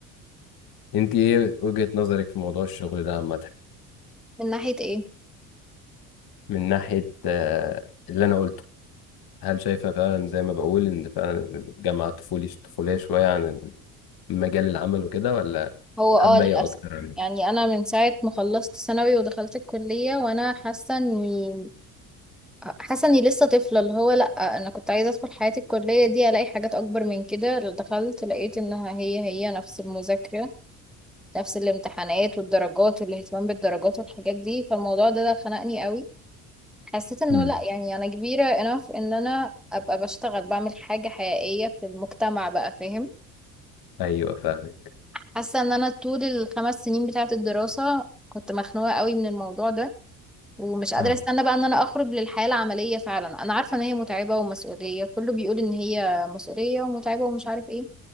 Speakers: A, on the left; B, in the centre.
A: انت ايه وجهة نظرك في موضوع الشغل ده عامة
B: من ناحيه ايه
A: من ناحية آه، اللي انا قلته هل شايفة فعلا زي ما بقول ان فعلا الجامعة طفولي طفولية شوية عن مجال العمل وكده ولا
B: هو
A: حابة
B: اه للاسف
A: ايه اكتر يعني
B: يعني انا من ساعه ما خلصت ثانوي ودخلت الكليه وانا حاسه اني حاسه اني لسه طفله اللي هو لا انا كنت عايزه ادخل حياه الكليه دي الاقي حاجات اكبر من كده دخلت لقيت انها هي هي نفس المذاكره نفس الامتحانات والدرجات والاهتمام بالدرجات والحاجات دي فالموضوع ده ده خنقني قوي حسيت انه
A: امم
B: لا يعني انا كبيرة enough ان انا ابقى بشتغل بعمل حاجة حقيقية في المجتمع بقى فاهم
A: ايوه فاهمك
B: حاسة ان انا طول الخمس سنين بتاعة الدراسة كنت مخنوقة قوي من الموضوع ده ومش قادرة
A: اه
B: استنى بقى ان انا اخرج للحياة العملية فعلا انا عارفة ان هي متعبة ومسؤولية كله بيقول ان هي مسؤولية ومتعبة ومش عارف ايه